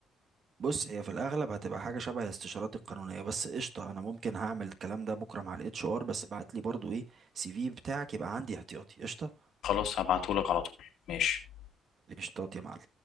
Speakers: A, on the right; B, on the left.
A: بص هي في الاغلب هتبقى حاجه شبه الاستشارات القانونيه بس قشطه انا ممكن هعمل الكلام ده بكره مع الاتش ار بس بعت لي برضو ايه سي في بتاعك يبقى عندي احتياطي قشطه
B: خلاص هبعتهولك على طول ماشي
A: قشطات يا معلم